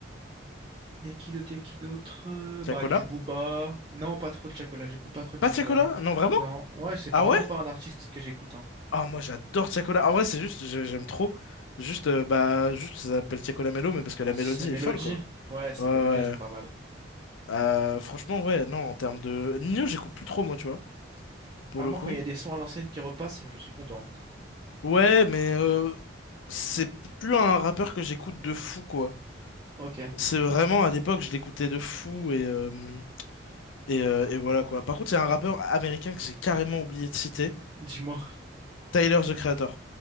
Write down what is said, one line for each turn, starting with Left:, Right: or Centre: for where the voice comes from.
Right: Y a qui d'autre, y a qui d'autre? euh,
Left: Tiakola?
Right: Bah, du Booba. Non, pas trop de Chacola, j'écoute pas trop de
Left: Pas
Right: Chacola.
Left: Tiakola? Non, vraiment?
Right: Non, ouais, c'est pas-
Left: Ah
Right: vraiment
Left: ouais?
Right: pas un artiste que j'écoute, hein.
Left: Ah, moi, j'adore Tiakola. En vrai, c'est juste, j'ai- j'aime trop. Juste, euh, bah, juste, ça s'appelle Tiakola Mello, mais parce que la
Right: C'est
Left: mélodie
Right: Mélodie.
Left: est folle, quoi.
Right: Ouais, ces
Left: Ouais. ouais.
Right: mélodies, elles sont
Left: ouais.
Right: pas mal.
Left: Euh, franchement, ouais, non, en termes de... Nino, j'écoute plus trop, moi, tu vois, pour
Right: À
Left: le
Right: moi,
Left: coup.
Right: quand il y a des sons à l'ancienne qui repassent, je suis content.
Left: Ouais, mais euh, c'est plus un rappeur que j'écoute de fou, quoi.
Right: Ok,
Left: C'est vraiment, à l'époque, je l'écoutais de fou, et, euh, et, euh, et voilà, quoi. Par contre, il y a un rappeur américain que j'ai carrément oublié de citer,
Right: dis-moi.
Left: Tyler, The Creator.